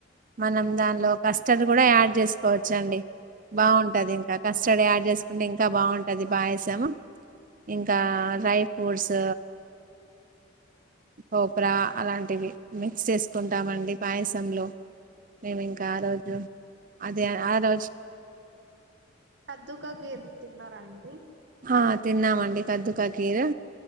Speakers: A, on the right (about 45°); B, on the right (about 60°).
A: మనం దాన్ లో కస్టర్డ్ కూడా యాడ్ చేసుకోవచ్చు అండి బాగుంటది ఇంకా కస్టర్డ్ యాడ్ చేసుకుంటే ఇంకా బాగుంటది పాయసం ఇంకా డ్రై ఫ్రూట్స్ కోప్ర అలాంటివి మిక్స్ చేసుకుంటామండి పాయసంలో మేమి ఇంకా ఆ రోజు అదే ఆ రోజు
B: కద్దుకకీర్ తిన్నారా అండి
A: ఆ తిన్నామండి కద్దుక కీర్